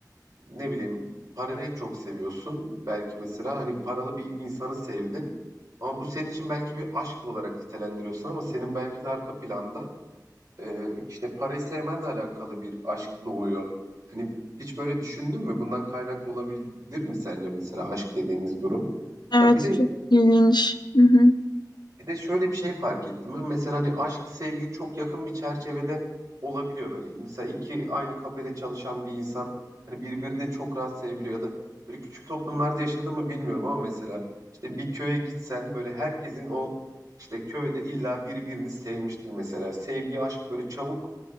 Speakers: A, on the right; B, on the left.
A: ne bileyim parayı çok seviyorsun. Belki mesela hani paralı bir insanı sevdin. Ama bu senin için belki bir aşk olarak nitelendiriyorsun ama senin belki de arka planda e, işte parayı sevmenle alakalı bir aşk doğuyor. Hani hiç böyle düşündün mü? Bundan kaynaklı olabilir mi sence mesela aşk dediğimiz durum?
B: Evet
A: Ya bir de
B: çok ilginç. Hı hı.
A: bir de şöyle bir şey fark ettim ben. Mesela hani aşk, sevgi çok yakın bir çerçevede olabiliyor böyle. Mesela iki aynı kafede çalışan bir insan hani birbirini çok rahat sevebiliyor ya da böyle küçük toplumlarda yaşadı mı bilmiyorum ama mesela işte bir köye gitsen böyle herkesin o işte köyde illa birbirini sevmiştir mesela. Sevgi, aşk böyle çabuk